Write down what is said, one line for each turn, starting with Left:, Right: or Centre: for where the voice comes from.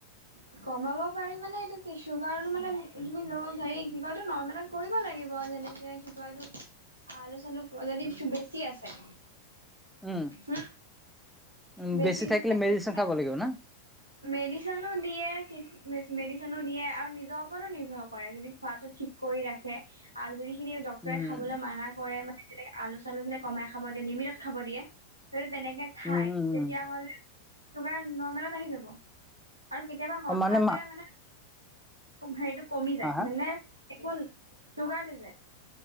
Right: <inaudible> কমাব পাৰি মানে এইটো কি চুগাৰটো মানে তুমি ল হেৰি কি কয়তো নৰ্মেলত কৰিব লাগিব যেনেকে। কি কয় এইটো আলু চালু যদি বেছি আছে
Centre: উম
Right: হো।
Centre: উম
Right: বেছি যদি
Centre: থাকিলে মেডিচিন
Right: আছে।
Centre: খাব লাগিব না
Right: মেডিচিনো দিয়ে মেডিচিনো দিয়ে আৰু নিজৰ ওপৰতো নিৰ্ভৰ কৰে যদি খোৱাটো। ঠিক কৰি ৰাখে আৰু যদি সিখিনি ডক্তৰে
Centre: উম
Right: খাবলৈ মানা কৰে মানে। আলু চালু বিলাক কমাই খাব দিয়ে লিমিটত খাব দিয়ে তেনেকে, খাই
Centre: উম উম
Right: তেতিয়াহলে
Centre: উম
Right: চুগাৰ নৰ্মেলত আহি যাব। আৰু কেতিয়াবা হঠাৎতে
Centre: অ মা
Right: মানে হেৰিটো কমি যায়
Centre: হা হা
Right: মানে, একোন চুগাৰটো যে